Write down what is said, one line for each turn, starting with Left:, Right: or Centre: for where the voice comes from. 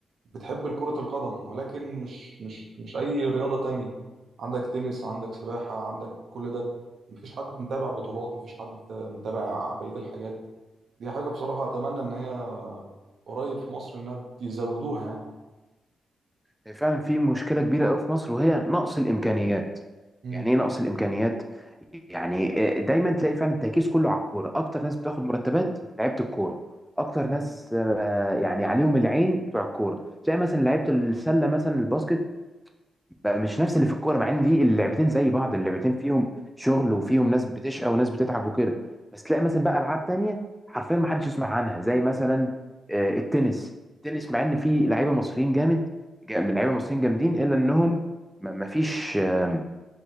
Right: بتحب كرة القدم ولكن مش مش مش اي رياضة تانية عندك تنس عندك سباحة عندك كل ده مفيش حد متابع بطولات مفيش حد آه، متابع بقية الحاجات دي حاجة بصراحة اتمنى ان هي قريب في مصر انها يزودوها يعني
Centre: هي فعلا في مشكلة كبيرة قوي في مصر وهي نقص الإمكانيات
Right: مم.
Centre: يعني إيه نقص الإمكانيات؟ يعني آه، دايما تلاقي فعلا التركيز كله على الكورة أكتر ناس بتاخد مرتبات لعيبة الكورة أكتر ناس
Right: مم.
Centre: آه، يعني عليهم العين بتوع الكورة تلاقي مثلا لعيبة السلة مثلا الباسكت بقى مش نفس اللي في الكوره مع ان دي اللعبتين زي بعض اللعبتين فيهم شغل وفيهم ناس بتشقى وناس بتتعب وكده بس تلاقي مثلا بقى العاب تانية حرفيا ما حدش يسمع عنها زي مثلا آه، التنس التنس مع ان في لعيبه مصريين جامد جا- من لعيبه مصريين جامدين الا انهم ما ما فيش آه،